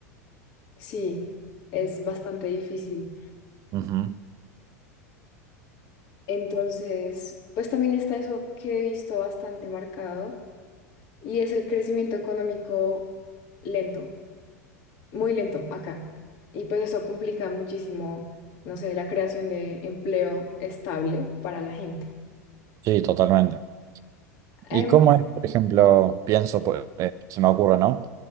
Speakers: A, on the left (about 50°); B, on the right (about 40°).
A: Sí, es bastante difícil.
B: Ujú.
A: Entonces, pues también está eso que he visto bastante marcado y es el crecimiento económico lento, muy lento acá. Y pues eso complica muchísimo, no sé, la creación de empleo estable para la gente.
B: Sí, totalmente.
A: Además,
B: ¿Y cómo es, por ejemplo, pienso, pues, eh, se me ocurre, ¿no?